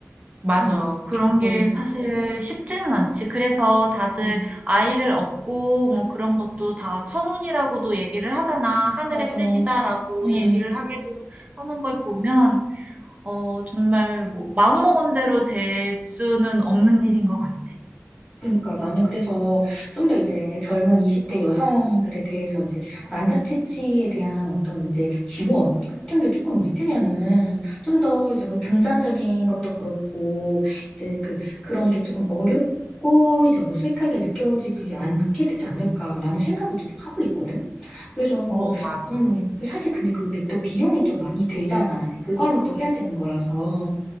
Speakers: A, on the right (about 30°); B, on the left (about 20°).
A: 맞아.
B: 응,
A: 그런 게
B: 응,
A: 사실 쉽지는 않지. 그래서 다들
B: 응,
A: 아이를 얻고 뭐 그런 것도 다 천운이라고도 얘기를 하잖아. 하늘의
B: 맞아.
A: 뜻이다라고
B: 응.
A: 얘기를 하기도 하는 걸 보면, 어, 정말 뭐 마음먹은 대로 될 수는 없는 일인 것 같아.
B: 그러니까 나는 그래서 좀 더 이제 젊은 20대 여성들에 대해서 이제 난자 채취에 대한 어떤 이제 지원 같은 게 조금 있으면은 좀 더 이제 뭐 금전적인 것도 그렇고 이제 그 그런 게 조금 어렵고 이제 어색하게 느껴지지 않게 되지 않을까라는 생각을 조금 하고 있거든. 그래서
A: 어, 맞아.
B: 음, 그 사실 근데 그게 또 비용이 좀 많이 들잖아. 이제 보관을 또 해야 되는 거라서.